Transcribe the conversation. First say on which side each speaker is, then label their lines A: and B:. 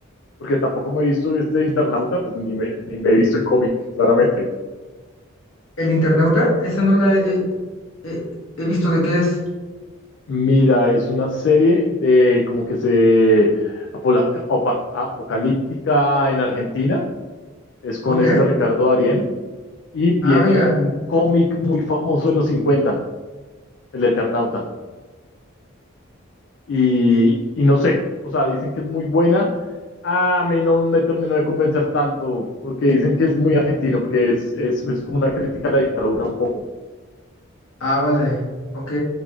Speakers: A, on the left (about 60°); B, on the left (about 75°).
A: porque tampoco me he visto este Internauta, pues ni me, ni me he visto el cómic, claramente.
B: ¿El internauta? Esa no la he, he- he visto de qué es.
A: Mira, es una serie de como que se apola- opa- apocalíptica en Argentina, es con
B: Ok.
A: este Ricardo Darín. y viene
B: Ah, venga.
A: de un cómic muy famoso de los 50, El Eternauta. Y,
B: eh,
A: y no sé, o sea, dicen que es muy buena. A mí no me terminó de convencer tanto, porque dicen que es muy argentino, porque es, es, es como una crítica a la dictadura un poco.
B: Ah, vale. Ok.